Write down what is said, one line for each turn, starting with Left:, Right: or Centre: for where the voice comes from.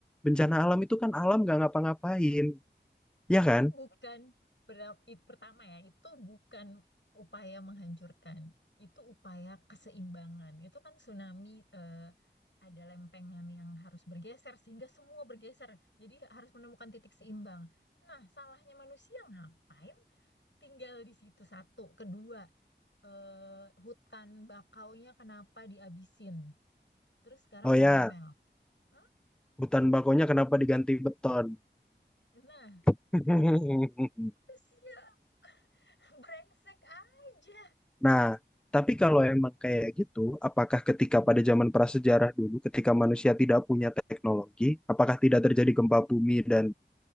Centre: Bencana alam itu kan alam nggak ngapa-ngapain, ya
Left: Itu
Centre: kan?
Left: bukan ber- itu pertama ya, itu bukan upaya menghancurkan. Itu upaya keseimbangan. Itu kan tsunami eh, ada lempengan yang harus bergeser sehingga semua bergeser. Jadi harus menemukan titik seimbang. Nah, salahnya manusia ngapain? Tinggal di situ satu, kedua eh, hutan bakaunya kenapa diabisin? Terus sekarang
Centre: Oh ya,
Left: mau ngomel. Hah?
Centre: hutan bakonya
Left: Emang?
Centre: kenapa diganti beton?
Left: Nah,
Centre: <laughs>
Left: Kan manusia <laughs> brengsek aja.
Centre: Nah, tapi kalau emang kayak gitu, apakah ketika
Left: Hmm.
Centre: pada zaman prasejarah dulu, ketika manusia tidak punya teknologi, apakah tidak terjadi gempa bumi dan